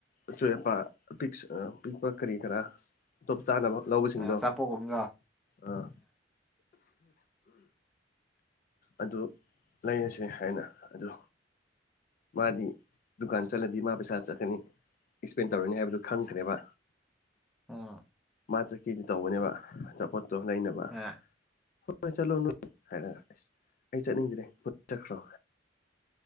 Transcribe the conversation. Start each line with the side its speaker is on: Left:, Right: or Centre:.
Left: ꯑꯆꯣꯏ ꯑꯄꯥ ꯑ ꯄꯤꯛꯄ ꯀꯔꯤ ꯀꯔꯥ ꯑꯇꯣꯞ ꯆꯥꯅꯕ ꯂꯧꯕꯁꯤꯡꯗꯣ
Centre: ꯑꯆꯥꯄꯣꯠꯒꯨꯝꯕꯗꯣ
Left: ꯑꯥ ꯑꯗꯨ ꯂꯩꯔꯁꯦ ꯍꯥꯏꯅ ꯑꯗꯨ ꯃꯥꯗꯤ ꯗꯨꯀꯥꯟ ꯆꯠꯂꯗꯤ ꯃꯥ ꯄꯩꯁꯥ ꯆꯠꯀꯅꯤ ꯑꯦꯛꯁꯄꯦꯟ ꯇꯧꯔꯅꯤ ꯍꯥꯏꯕꯗꯨ ꯈꯪꯈ꯭ꯔꯦꯕ
Centre: ꯑꯥ
Left: ꯃꯥ ꯆꯠꯀꯦꯗꯤ ꯇꯧꯕꯅꯦꯕ ꯑꯆꯥꯄꯣꯠꯇꯣ ꯂꯩꯅꯕ
Centre: ꯑꯥ
Left: ꯍꯣꯏ ꯍꯣꯏ ꯆꯠꯂꯣ ꯅꯣꯏ ꯍꯥꯏꯔꯒ ꯑꯁ ꯑꯩ ꯆꯠꯅꯤꯡꯗ꯭ꯔꯦ ꯅꯣꯏ ꯆꯠꯈ꯭ꯔꯣ